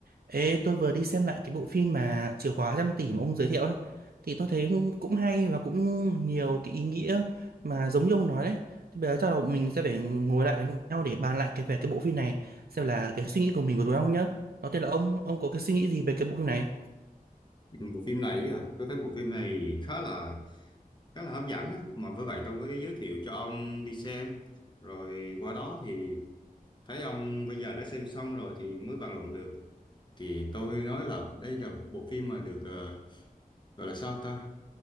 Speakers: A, on the right; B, on the left.
A: Ê, tôi vừa đi xem lại cái bộ phim mà Chìa khóa trăm tỷ mà ông giới thiệu ấy thì tôi thấy cũng cũng hay và cũng nhiều cái ý nghĩa mà giống như ông nói đấy. Thì bây giờ chắc là mình sẽ phải ngồi lại với nhau để bàn lại cái về cái bộ phim này xem là cái suy nghĩ của mình của tụi ông nhá. Đầu tiên là ông ông có cái suy nghĩ gì về cái bộ phim này?
B: Ừ, Bộ phim này à, tôi thấy bộ phim này khá là khá là hấp dẫn á. Mà với vậy tôi mới giới thiệu cho ông đi xem. Rồi qua đó thì thấy ông bây giờ đã xem xong rồi thì mới bàn luận được. Thì tôi nói là đây là bộ phim mà được ờ, gọi là sao ta?